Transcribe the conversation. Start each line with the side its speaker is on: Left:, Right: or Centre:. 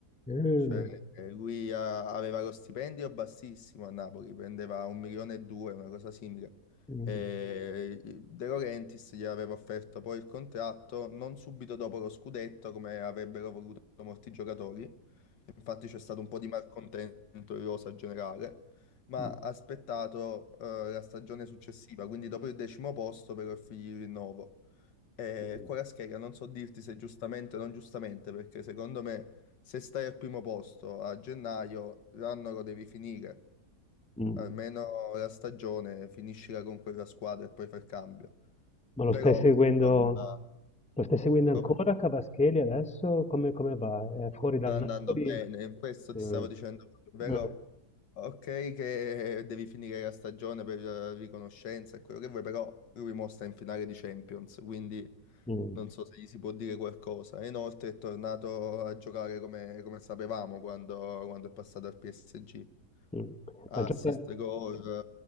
Centre: Mm,
Left: Cioè, eh, lui ha- aveva lo stipendio bassissimo a Napoli, prendeva un milione e due, una cosa simile.
Centre: mm,
Left: Mm. E De Laurentiis gli aveva offerto poi il contratto non subito dopo lo scudetto, come avrebbero voluto molti giocatori. Infatti c'è stato un po' di malcontento in rosa generale, ma
Centre: mm,
Left: ha aspettato eh, la stagione successiva, quindi dopo il decimo posto per offrirgli il rinnovo. E
Centre: mm,
Left: Kvaratskhelia non so dirti se giustamente o non giustamente, perché secondo me se stai al primo posto a gennaio, l'anno lo devi finire.
Centre: mm.
Left: Almeno la stagione finiscila con quella squadra e poi fai il cambio.
Centre: Ma lo
Left: Però,
Centre: stai seguendo,
Left: insomma,
Centre: lo stai seguendo ancora
Left: come?
Centre: Cavaschelli adesso? Come, come va? È fuori dal
Left: Sta andando
Centre: Napoli?
Left: bene, questo ti
Centre: Mm,
Left: stavo dicendo proprio, vero?
Centre: mm,
Left: Ok, che devi finire la stagione per eh, riconoscenza e quello che vuoi, però lui mo sta in finale di Champions, quindi
Centre: mm,
Left: non so se gli si può dire qualcosa. E inoltre è tornato a giocare come, come sapevamo quando, quando è passato al PSG.
Centre: mm.
Left: Assist,
Centre: Ma gioca,
Left: gol,